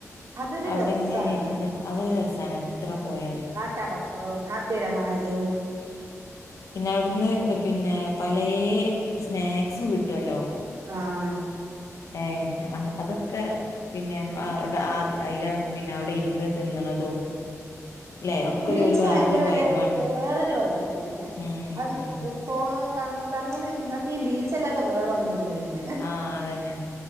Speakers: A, on the right; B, on the left.
A: അതൊരു
B: അവ്ടങ്ങനെ
A: രസാണ്
B: ഇരുന്ന് അതൊര് രസാണ് എത്ര പോയാലും
A: കടപ്പുറൊം ആ തെരമാലയും
B: പിന്ന അവ്ട്ന്ന് പിന്നെ പലേ സ്നാക്സും കിട്ട്ല്ലോ
A: ആഹ്
B: ഏഹ് ഞ അങ്ങ് അതൊക്ക പിന്നെ അ അവ്ട ആദി അയ്ല പിന്നെ അവ്ടെ ഇരുന്ന് തിന്നണതും ല്ലെ ഒക്കെ
A: ബീച്ച്
B: ഒരു ഒരു വേറൊരു
A: ഭയങ്കര
B: വൈബാണ്
A: ഒര് വേറൊരു വൈബ് അന്നാണേ
B: ഉം
A: അന്ന്
B: ഉം
A: ഇഹ് പോണയ് കണ്ണു കണ്ണൂലെയ്ച്ച് ഇങ്ങക്കീ ബീച്ചല്ലാതെ വേറൊന്നുല്ലേന്ന്
B: ആഹ് അതന്നെ